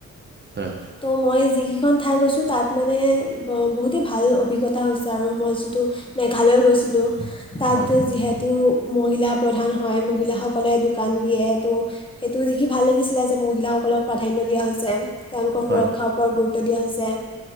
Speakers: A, on the right; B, on the left.
A: হয়
B: ত' মই যিকেইখন ঠাই গৈছো তাত মানে বহুতেই ভাল অভিজ্ঞতা হৈছে আৰু মই যিটো মেঘালয় গৈছিলোঁ তাত
A: হয়
B: যিহেতু মহিলা প্ৰধান হয় মহিলাসকলে দোকান দিয়ে ত' সেইটো দেখি ভাল লাগিছিলে যে মহিলা সকলক প্ৰাধান্য দিয়া হৈছে। তেওঁলোকক
A: হয়
B: সুৰক্ষাৰ ওপৰত গুৰুত্ব দিয়া হৈছে